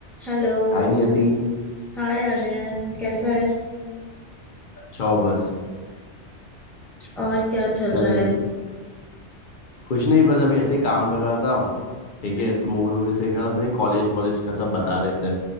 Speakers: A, in the centre; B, on the left (about 55°).
A: Hello
B: हाय नियति
A: Hi Aryan कैसा है
B: अच्छा हो बस
A: और क्या चल
B: क्या
A: रहा
B: कर
A: है
B: रही थी कुछ नहीं बस अभी ऐसे ही काम कर रहा था ठीक
A: हम्म
B: है
A: हम्म।
B: तो मूवी वूवी देख रहा था उसमें कॉलेज वॉलेज का सब बता रहे थे